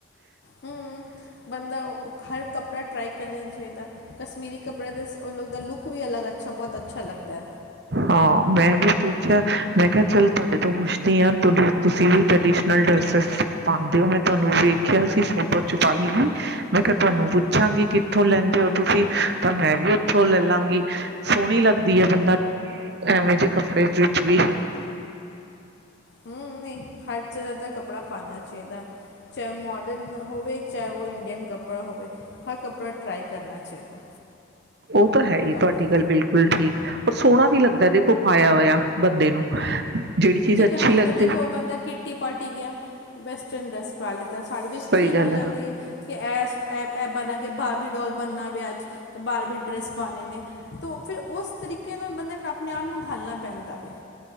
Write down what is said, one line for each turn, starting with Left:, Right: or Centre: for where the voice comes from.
Left: ਹਮ ਬੰਦਾ ਹਰ ਕੱਪੜਾ ਟਰਾਈ ਕਰਨੇ ਚ ਚਾਹੀਦਾ ਕਸਸਮੀਰੀ ਕੱਪੜੇ ਦੇ ਲੁੱਕ ਵੀ ਲੱਗ ਅੱਛਾ ਬਹੁਤ ਅੱਛਾ ਲੱਗਦੈ
Right: ਹਾਂ, ਮੈਂ ਵੀ ਸੋਚਿਆ। ਮੈਂ ਕਿਹਾ ਚਲ ਤੁਹਾਡੇ ਤੋਂ ਪੁੱਛਦੀ ਆਂ, ਤੁਸੀਂ ਵੀ ਟਰੈਡੀਸ਼ਨਲ ਡਰੈਸਜ ਪਾਂਦੇ ਹੋ। ਮੈਂ ਤੁਹਾਨੂੰ ਵੇਖਿਆ ਸੀ ਫੋਟੋ ਚ ਪਾਈ ਹੋਈ। ਮੈਂ ਕਿਹਾ ਤੁਹਾਨੂੰ ਪੁੱਛਾਂਗੀ, ਕਿੱਥੋਂ ਲੈਂਦੇ ਹੋ ਤੁਸੀਂ ਤਾਂ ਮੈਂ ਵੀ ਉੱਥੋਂ ਲੈ ਲਾਂਗੀ, ਸੋਹਣੀ ਲੱਗਦੀ ਹੈ ਬੰਦਾ ਐਵੇਂ ਜੇ ਕੱਪੜੇ ਵਿੱਚ ਵੀ
Left: ਹੂੰ ਨਹੀਂ ਹਰ ਜਗਾ ਦਾ ਕੱਪੜਾ ਪਾਣਾ ਚਾਹੀਦਾ। ਚਾਹੇ ਉਹ ਮੋਡਰਨ ਹੋਵੇ, ਚਾਹੇ ਉਹ ਇੰਡੀਅਨ ਕੱਪੜਾ ਹੋਵੇ, ਹਰ ਕੱਪੜਾ ਟਰਾਈ ਕਰਨਾ ਚਾਹੀਦਾ।
Right: ਉ ਤਾ ਹੈ ਈ
Left: ਕੱਪ
Right: ਤੁਹਾਡੀ ਗੱਲ ਬਿਲਕੁਲ ਠੀਕ, ਉ ਸੋਹਣਾ ਵੀ ਲੱਗਦਾ ਦੇਖੋ ਪਾਇਆ ਹੋਇਆ ਬੰਦੇ ਨੂੰ ਜਿਹੜੀ ਚੀਜ਼
Left: ਹੁਣ ਜਿਕਨ
Right: ਅੱਛੀ
Left: ਬੰਦਾ
Right: ਲੱਗਦੀ
Left: ਦੇਖੋ ਬੰਦਾ ਕਿੱਟੀ ਪਾਰਟੀ ਗਿਆ, ਵੈਸਟਰਨ ਡਰੈਸ <unintelligible> ਤਾਂ ਸਾਡੇ ਚ
Right: ਸਹੀ
Left: ਥੀਮ
Right: ਗੱਲ
Left: ਹੋ ਜਾਂਦੀ
Right: ਹੈ
Left: ਏ ਕਿ ਐਸ ਐ ਐ ਪਾਨਾ ਕਿ ਬਾਬੀ ਡੋਲ ਬਣਨਾ ਵੇ ਅੱਜ ਤੇ ਬਾਰਬੀ ਡਰੈਸ ਪਾਨੇ ਨੇ ਤੋ ਫਿਰ ਉਸ ਤਰੀਕੇ ਨਾਲ ਬੰਦੇ ਨੂੰ ਆਪਣੇ ਆਪ ਨੂੰ ਡਾਹਲਣਾ ਪੈਂਦਾ ਵੇ